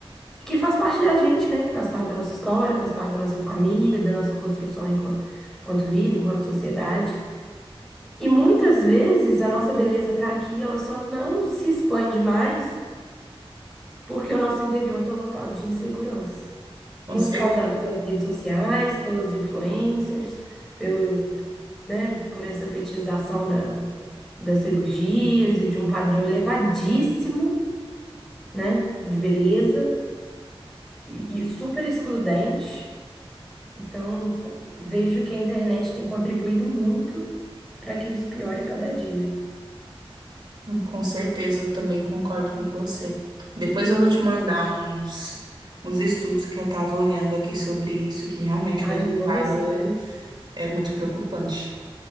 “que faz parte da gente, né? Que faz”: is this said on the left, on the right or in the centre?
Centre